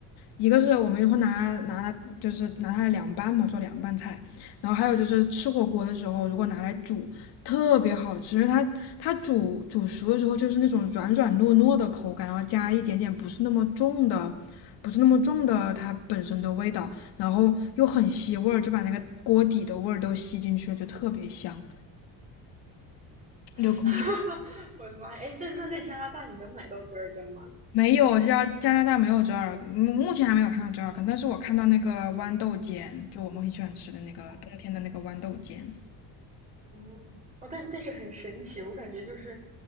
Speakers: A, on the left; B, on the right.
A: 一个是我们会拿拿它，就是拿它来凉拌嘛，做凉拌菜。然后还有就是吃火锅的时候，如果拿来煮，特别好吃，因为它它煮煮熟的时候就是那种软软糯糯的口感，然后加一点点不是那么重的，不是那么重的它本身的味道，然后又很吸味儿，就把那个锅底的味儿都吸进去了，就特别香。
B: <laughs>
A: 流口水
B: 我的妈哎，这那在加拿大你能买到折耳根吗？
A: 没有，加加拿大没有折耳根，目目前还没有看到折耳根，但是我看到那个豌豆尖，就我们很喜欢吃的那个冬天的那个豌豆尖，
B: 哦，嗯，哦，但但是很神奇，我感觉就是